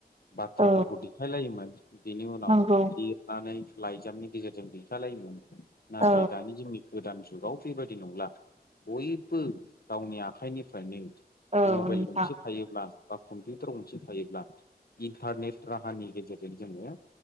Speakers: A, on the left; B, on the right.
A: बाथ्राफोरखौ
B: औ
A: दिेखायलायोमोन बेनि उनाव
B: नंगौ
A: लिरनानै लाइजामनि गेजेरजों दैथालायोमोन नाथाय
B: औ
A: दानि जोंनि गोदान जुगाव बेबायदि नंला बयबो गावनि आखाइनिफ्रायनो
B: औ
A: मबेइल
B: नोंथां
A: गंसे थायोब्ला बा कम्पिउटार गंसे थायोब्ला इन्टारनेट राहानि गेजेरजों जोङो